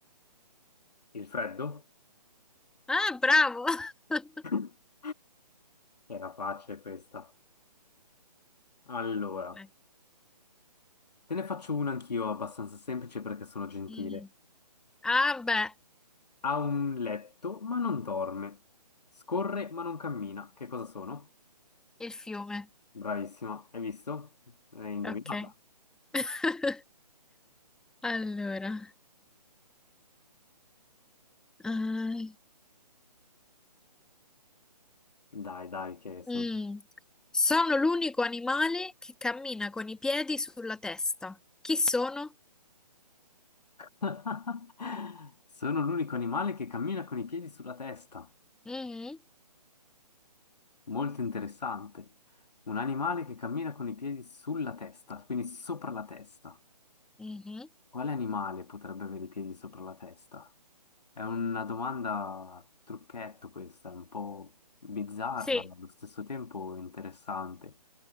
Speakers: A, on the left; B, in the centre.
A: Il freddo?
B: Ah, bravo! <laughs>
A: <laughs> Era facile questa. Allora,
B: Mm.
A: te ne faccio una anch'io abbastanza semplice perché sono gentile.
B: mm. Ah, beh,
A: Ha un letto ma non dorme. Scorre ma non cammina. Che cosa sono?
B: il fiume.
A: Bravissima, hai visto? Hai indovinata.
B: Ok. <laughs> Allora, eh,
A: Dai, dai, che sono...
B: mm. Sono l'unico animale che cammina con i piedi sulla testa. Chi sono?
A: <laughs> Sono l'unico animale che cammina con i piedi sulla testa.
B: Mhm,
A: Molto interessante. Un animale che cammina con i piedi sulla testa, quindi sopra la testa.
B: mhm.
A: Quale animale potrebbe avere i piedi sopra la testa? È una domanda trucchetto questa, un po' bizzarra,
B: Sì,
A: ma allo stesso tempo interessante.